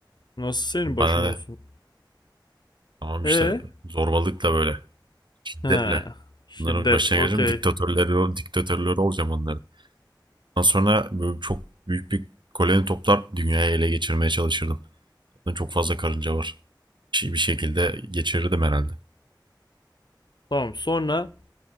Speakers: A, on the left; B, on the right.
A: Nasıl senin
B: Bana
A: başın olsun?
B: ne? Tamam
A: E?
B: işte zorbalıkla böyle şiddetle.
A: He. Şiddet.
B: Bunların başına
A: Okey.
B: geleceğim. Diktatörleri, diktatörleri olacağım onların. Ondan sonra böyle çok büyük bir koloni toplar dünyayı ele geçirmeye çalışırdım. Zaten çok fazla karınca var. Bir şey- bir şekilde geçirirdim herhalde.
A: Tamam. Sonra